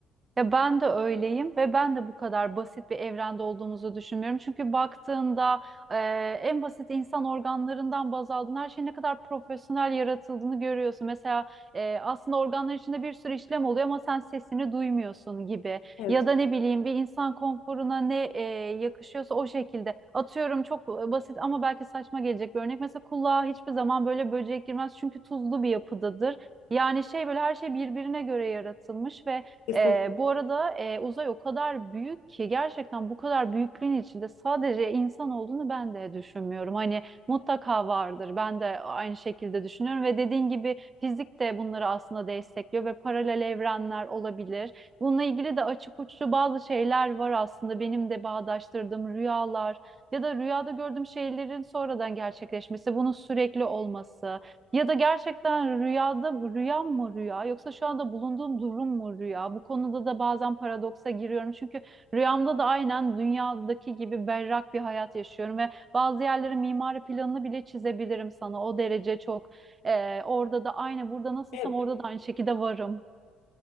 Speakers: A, on the right; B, on the left.
A: Ya ben de öyleyim ve ben de bu kadar basit bir evrende olduğumuzu düşünmüyorum. Çünkü baktığında e, en basit insan organlarından baz aldığın her şeyin ne kadar profesyonel yaratıldığını görüyorsun. Mesela e, aslında organlar içinde bir sürü işlem oluyor ama sen sesini duymuyorsun gibi.
B: Evet.
A: Ya da ne bileyim bir insan konforuna ne e, yakışıyorsa o şekilde. Atıyorum çok basit ama belki saçma gelecek bir örnek. Mesela kulağa hiçbir zaman böyle böcek girmez çünkü tuzlu bir yapıdadır. Yani şey böyle her şey birbirine göre yaratılmış ve
B: Kesin.
A: ee, bu arada e, uzay o kadar büyük ki gerçekten bu kadar büyüklüğün içinde sadece insan olduğunu ben de düşünmüyorum. Hani mutlaka vardır. Ben de aynı şekilde düşünüyorum ve dediğin gibi fizik de bunları aslında destekliyor ve paralel evrenler olabilir. Bununla ilgili de açık uçlu bazı şeyler var aslında benim de bağdaştırdığım rüyalar ya da rüyada gördüğüm şeylerin sonradan gerçekleşmesi, bunun sürekli olması. Ya da gerçekten rüyada rüyam mı rüya yoksa şu anda bulunduğum durum mu rüya? Bu konuda da bazen paradoksa giriyorum. Çünkü rüyamda da aynen dünyadaki gibi berrak bir hayat yaşıyorum ve bazı yerlerin mimari planını bile çizebilirim sana. O derece çok. Ee, orada da aynı burada nasılsam
B: Evet,
A: orada da aynı şekilde varım.